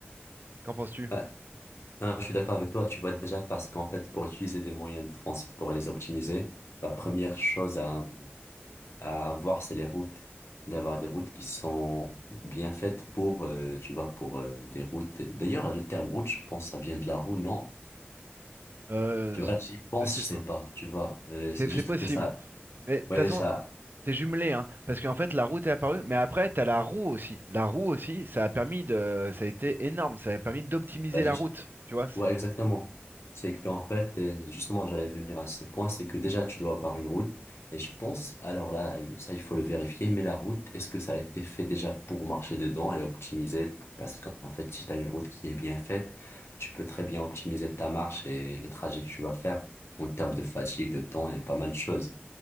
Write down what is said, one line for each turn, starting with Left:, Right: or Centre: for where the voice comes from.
Right: Qu'en penses-tu?
Left: ouais. Non, je suis d'accord avec toi, tu vois, déjà, parce qu'en fait, pour utiliser des moyens de transport et les optimiser, la première chose à à avoir, c'est les routes. D'avoir des routes qui sont bien faites pour, euh, tu vois, pour euh, des routes. D'ailleurs, le terme route, je pense, ça vient de la roue, non?
Right: Euh,
Left: Tu
Right: c-
Left: vois, j'y pense,
Right: je sais
Left: je
Right: pas.
Left: sais pas, tu vois. Euh, c'est
Right: C'est
Left: juste
Right: c'est possible.
Left: que ça,
Right: Mais de toute
Left: ouais,
Right: façon,
Left: ça,
Right: C'est jumelé, hein, parce qu'en fait la route est apparue, mais après t'as la roue aussi. La roue aussi, ça a permis de, ça a été énorme, ça a permis d'optimiser
Left: bah, juste.
Right: la route, tu vois. c'est-
Left: Ouais, exactement. C'est qu'en fait, euh, justement, j'allais venir à ce point, c'est que déjà, tu dois avoir une route. Et je pense, alors là, il- ça, il faut le vérifier, mais la route, est-ce que ça a été fait déjà pour marcher dedans et optimiser? Parce qu'en fait, si tu as une route qui est bien faite, tu peux très bien optimiser ta marche et les trajets que tu vas faire en termes de fatigue, de temps et pas mal de choses.